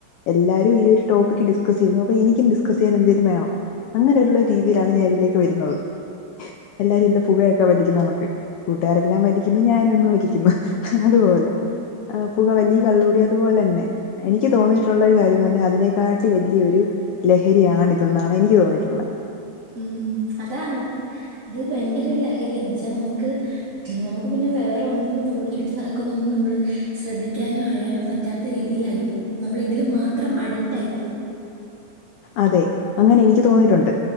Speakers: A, on the left (about 75°); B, on the right (about 25°).
A: എല്ലാരും ഈ ഒരു ടോപ്പിക് ഡിസ്കസ് ചെയ്യുന്ന അപ്പൊ എനിക്കും ഡിസ്കസ് ചെയ്യാൻ എന്തേങ്കിലും വേണം അങ്ങനെയുള്ള രീതിയിലാണ് ഞാൻ ഇതിലേക്ക് വരുന്നത് എല്ലാരും ഇല്ലാം പുകയൊക്കെ വലി ണക്ക് നമുക്ക് കൂട്ടുകാരെല്ലാം വലിക്കുന്നു ഞാനും ഒന്ന് വലിക്കുന്നു അതുപോലെ പുക വലി കള്ളുകൂടി അതുപോലെ തന്നെ എനിക്ക് തോന്നിയിട്ടുള്ള ഒരു കാര്യംന്ന് പറഞ്ഞ അതിനെക്കാട്ടി വലിയൊരു ലഹരിയാണിതെന്നാണ് എനിക്ക് തോന്നിയിട്ടുള്ള
B: ഉം അതാണ് ഇത് ഭയങ്കര ഒരു ലഹരിയാന്ന് വെച്ച നമുക്ക് നമുക്ക് പിന്നെ വേറെന്നും നമ്മുടെ ചുറ്റും നടക്കുന്ന ഒന്നും നമ്മള് ശ്രദ്ധിക്കാനും അറിയ ന പറ്റാത്ത രീതിയിൽആയിപ്പോ നമ്മൾ ഇതില് മാത്രം അഡിക്റ്റ് ആയിപ്പോ
A: അതെ അങ്ങനെ എനിക്ക് തോന്നിയിട്ടുണ്ട്